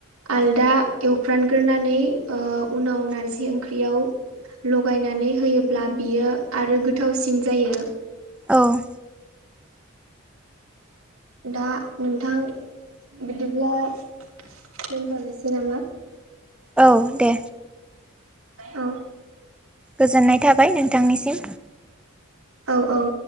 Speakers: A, on the right; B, in the centre.
A: आलदा एवफ्रामग्रोना नै ओ उनाव नारजि ओंख्रियाव लगायनानै होयोब्ला बियो आरो गोथावसिन जायो
B: औ
A: दा नोंथां बिदिब्ला दोनथ'नोसै नामा
B: औ दे
A: औ
B: गोजोननाय थाबाय नोंथांनिसिम
A: औ औ